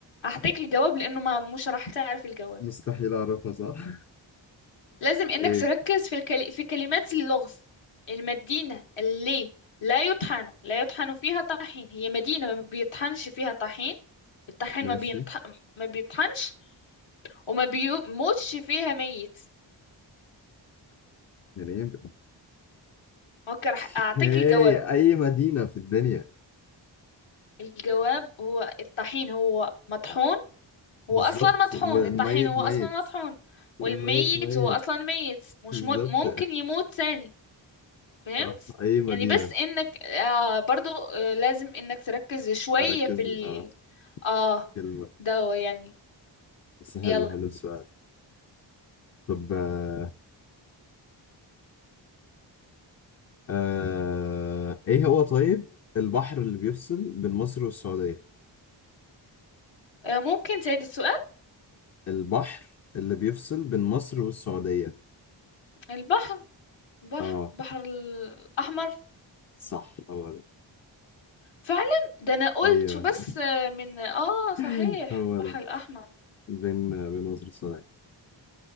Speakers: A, on the left (about 80°); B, on the left (about 40°).
A: هعطيك الجواب لأنه ما مش راح تعرف الجواب
B: مستحيل أعرفها صح <laughs>
A: لازم إنك
B: ايه
A: تركز في الكل... في كلمات اللغز المدينة اللي لا يطحن لا يطحن فيها طحين هي مدينة ما بيطحنش فيها طحين الطحين
B: ماشي
A: ما بينطح... ما بيطحنش وما بيموتش فيها ميت
B: يعني ايه
A: اوكي راح
B: اوكي
A: أعطيك الجواب
B: اي مدينة في الدنيا
A: الجواب هو الطحين هو مطحون هو
B: بالظبط
A: أصلا مطحون
B: والميت
A: الطحين هو
B: ميت
A: أصلا مطحون
B: والميت
A: والميت
B: ميت
A: هو أصلا ميت مش
B: بالظبط
A: م... ممكن يموت ثاني فهمت
B: صح أي مدينة
A: يعني بس انك آه برضو آه لازم انك تركز شوية
B: أركز
A: في ال
B: آه
A: اه
B: في كلمة
A: ده يعني
B: بس حلو
A: يلا
B: حلو السؤال طب آه آه إيه هو طيب البحر اللي بيفصل بين مصر والسعودية
A: آه ممكن تعيد السؤال
B: البحر اللي بيفصل بين مصر والسعودية
A: البحر بحر
B: آه
A: بحر الأحمر
B: صح هو ده
A: فعلا ده انا قلت
B: أيوه
A: بس آه من اه
B: <laughs>
A: صحيح
B: هو
A: البحر
B: ده
A: الأحمر
B: بين بين مصر والسعودية